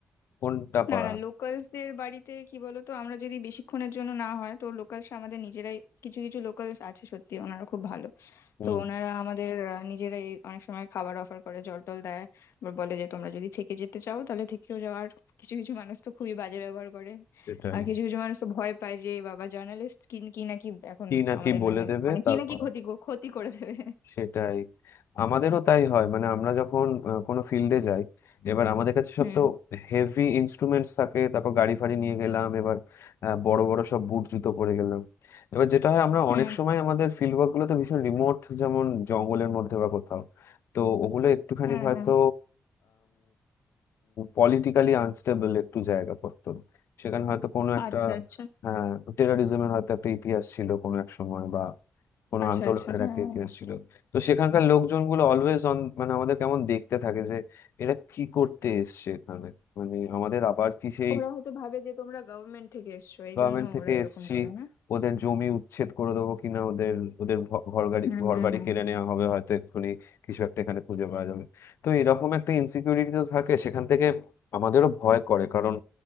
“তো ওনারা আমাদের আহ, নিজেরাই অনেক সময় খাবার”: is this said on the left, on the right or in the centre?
Left